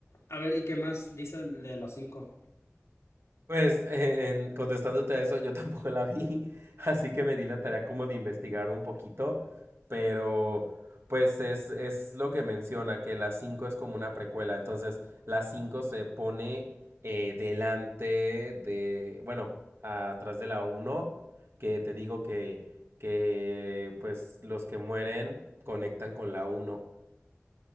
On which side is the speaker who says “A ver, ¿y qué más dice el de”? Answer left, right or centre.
Left